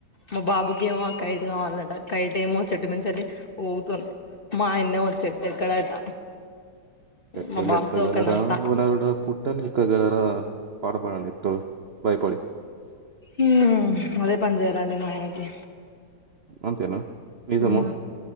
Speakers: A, on the left; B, on the right.
A: మా బాబుకి ఏమో ఆ కైట్ కావాలట కైట్ ఏమో చెట్టు మిన్చెల్లి ఊగుతుంది మా ఆయన్నే వచ్చే చేటు ఎక్కడట
B: చెట్టులెక్క
A: మా బాబుతో
B: గలరా
A: ఒక నస
B: ఓ నరుడ పుట్టలెక్క గలరా పాటపడండి తో బయపడి
A: మ్ అదే పని చేయాలండి మా ఆయనకి
B: అంతేనా నిజమ
A: హ్మ్